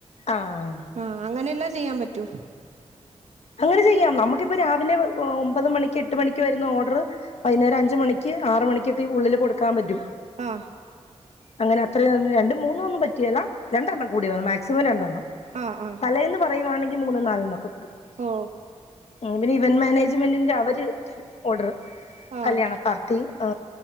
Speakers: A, on the left (about 65°); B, on the right (about 80°).
A: ആഹ്
B: ആഹ അങ്ങനെ എല്ലാം ചെയ്യാൻ പറ്റൂ.
A: അങ്ങനെ ചെയ്യാം നമുക്കിപ്പ രാവിലെ ഒമ്പത് മണിക്ക് എട്ട് മണിക്ക് വരുന്ന ഓർഡർ. വൈകേരം അഞ്ച മണിക്ക് ആറ മണിിക്കൊക്കെ ഉള്ളില് കൊടുക്കാൻ പറ്റും
B: ആഹ്
A: അങ്ങനെ അത്രയും രണ്ട് മൂന്ന് ഒന്നും പറ്റിയല്ല രണ്ടെണ്ണം കൂടി വ മാക്സിമം രണ്ടെണ്ണം.
B: ആഹ് ആഹ്
A: തലയന്ന് പറയുവാണെങ്കിൽ മൂന്നും നാലിനൊക്കെ കൊടുക്കുക.
B: ഓ
A: ഉ പിന്നെ ഇവന്റ് മാനേജ്മെന്റിന്റെ അവര് ഓർഡർ
B: ആഹ്
A: കല്യാണ പാർക്ക് ആ